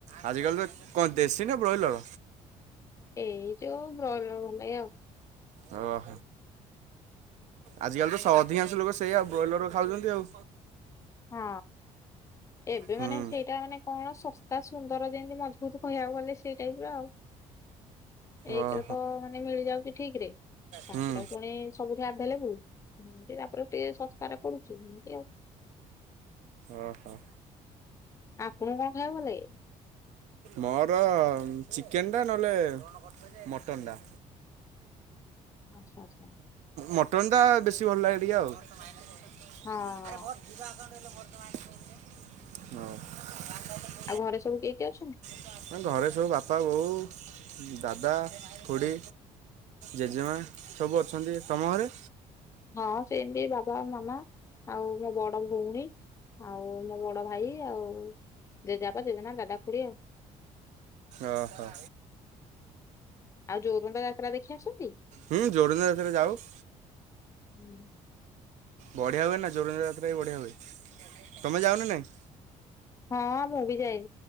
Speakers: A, on the right; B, on the left.
A: ଆଜି କଲି ତ କଣ ଦେଶୀ ନା ବ୍ରୟଲର।
B: ଏଇ ଯୋଉ ବ୍ରଏଲର ଭଲ ଲାଗେ ଆଉ
A: ଓହୋ। ଆଜିକାଲି ତ ଅଧିକାଂଶ ଲୋକ ସେଇଆଉ ବ୍ରଏଲର ଖାଉଛନ୍ତି ଆଉ।
B: ହଁ ଏବେ
A: ହୁଁ
B: ମାନେ ସେଇଟା ମାନେ କଣ ଶସ୍ତା ସୁନ୍ଦର ଯେମତି ମଜବୁତ କହିଆକୁ ଗଲେ ସେଇ ଟାଇପ୍ ର ଆଉ। ଏକେରେ
A: ଓହୋ
B: ତ ମାନେ ମିଳିଯାଉଛି ଠିକ୍ ରେ।
A: ହୁଁ
B: ତାପରେ ପୁଣି ସବୁଠୁ ଆଭେଲେବୁଲ। ଏତି ତାପରେ ଟିକେ ଶସ୍ତାରେ ପଡୁଛି ଏମତି ଆଉ।
A: ଓ ହୋ।
B: ଆପଣକୁ କଣ ଖାଇବାକୁ ଭଲ ଲାଗେ?
A: ମୋର ଚିକେନ ଟା ନହେଲେ ମଟନ ଟା।
B: ଆଚ୍ଛା ଆଚ୍ଛା।
A: ମଟନ ଟା ବେଶୀ ଭଲ ଲାଗେ ଟିକେ ଆଉ।
B: ହଁ।
A: ହୋଉ।
B: ଆଉ ଘରେ ସବୁ କିଏ କିଏ ଅଛନ୍ତି?
A: ଆ ଘରେ ସବୁ ବାପା ବୋଉ ଦାଦା ଖୁଡି। ଜେଜେମା ସବୁ ଅଛନ୍ତି। ତମ ଘରେ।
B: ହଁ ସେମିତି ବାବା ମାମା ଆଉ ମୋ ବଡ ଭଉଣୀ। ଆଉ ମୋ ବଡ ଭାଇ ଆଉ ଜେଜେପା ଜେଜେମା ଦାଦା ଖୁଡି ଆଉ।
A: ଓ ହୋ।
B: ଆଉ ଜୋରୁନ୍ଦା ଯାତ୍ରା ଦେଖି ଆସନ୍ତି।
A: ହୁଁ ଯୋରନ୍ଦା ଯାତ୍ରା ଯାଉ।
B: ହୁଁ।
A: ବଢ଼ିଆ ହୁଏ ନା ଜୋରନ୍ଦା ଯାତ୍ରା ବି ବଢ଼ିଆ ହୁଏ ତମେ ଯାଅନା ନାହିଁ?
B: ହଁ ମୁଁ ବି ଯାଏ।